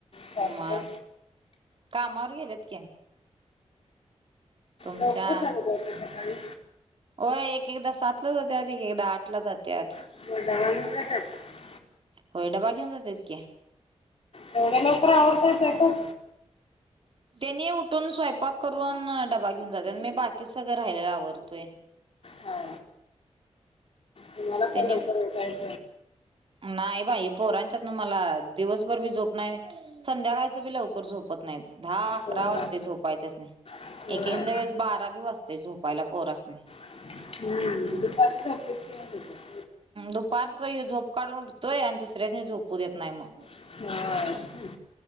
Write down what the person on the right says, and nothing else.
म, कामावर गेल्यात की. तुमच्या
होय एक एकदा सातला जातात एकदा आठला जातात
होय डबा घेऊन जातात की
त्येनी उठून स्वयंपाक करून डबा घेऊन जातात मी बाकी सगळे राहिलेल आवरतोय
त्यांनी
नाही बाई पोरांच्यातन मला दिवसभर बी झोप नाही संध्याकाळचं बी लवकर झोपत नाहीत दहा अकरा
वाजता झोपाय त्यासनी
एकंद वेळेस बारा बी वाजते झोपायला पोरासणी
दुपारच ह्यो झोप काढून उठतोय आणि दुसऱ्यासनी झोपू देत नाही मग